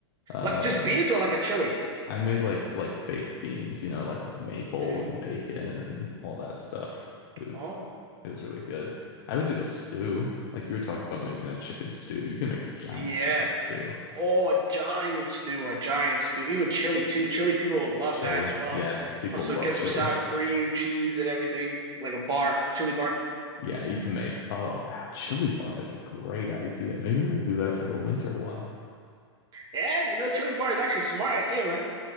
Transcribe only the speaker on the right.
Like just beans or like a chili?
Mhm.
Oh,
yeah.
Oh, a giant stew, a giant stew. Even chili too. Chili people will love
that as well.
Put some,
get
some sour cream, cheese, and everything, like a bar, chili bar.
Yeah, you know, chili bar is actually a smart idea, man.